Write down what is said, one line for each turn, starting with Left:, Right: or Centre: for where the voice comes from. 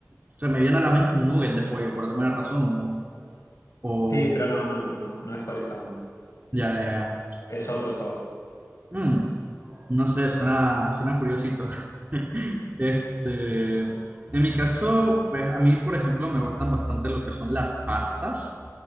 Right: se me viene a la mente un nugget de pollo por alguna razón. O, o-
Left: Sí, pero no, no, no, no, no es por esa onda.
Right: ya, ya,
Left: Es otro sabor.
Right: ya. Mm, no sé, suena, suena curiosito. <laughs> Este, en mi caso, pues a mí, por ejemplo, me gustan bastante lo que son las pastas.